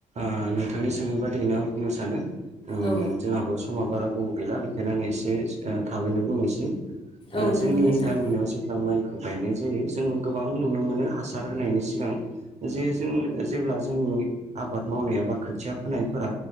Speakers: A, on the right (about 40°); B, on the left (about 30°).
A: ओ नोंथांनि सोंनाय बादियैनो आं बुंनो सानो उम
B: औ
A: जोंहाबो समा बारा गोबाव गैला। बेखायनो आं एसे ओ थाबैनो बुंनोसै ओ
B: औ नंगौ
A: जोंनि
B: नोंथां
A: गामियाव जेब्ला माइखौ गायनाय जायो जों गोबां नुनो मोनो हासार होनायनि सिगां जे जों जेब्ला जोंनि आबाद मावनाया बा खोथिया फोनायफोरा